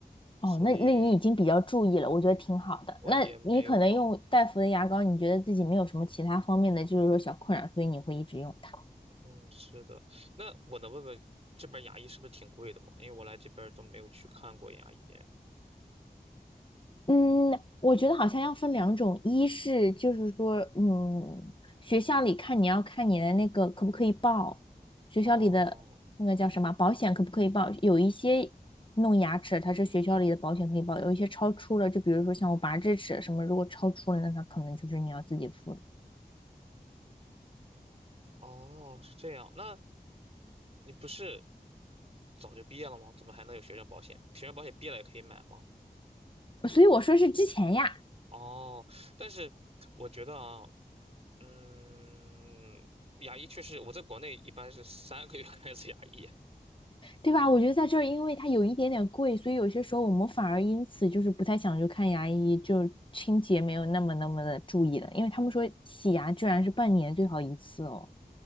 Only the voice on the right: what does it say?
所以
我也没有吧。
嗯，是的。那我能问问这边牙医是不是挺贵的吗？因为我来这边都没有去看过牙医。
哦，
哦，是这样。那你不是早就毕业了吗？怎么还能有学生保险？学生保险毕业了也可以买吗？
哦，但是我觉得啊，嗯，牙医确实，我在国内一般是三个月 <laughs> 看一次牙医。